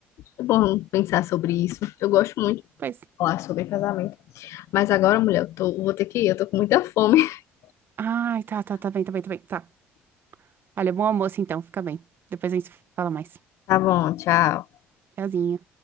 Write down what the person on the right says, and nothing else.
Pois.
Ai, tá, tá, tá bem, tá bem, tá bem. Tá. Olha, bom almoço então, fica bem. Depois a gente se fala mais.
Tchauzinho.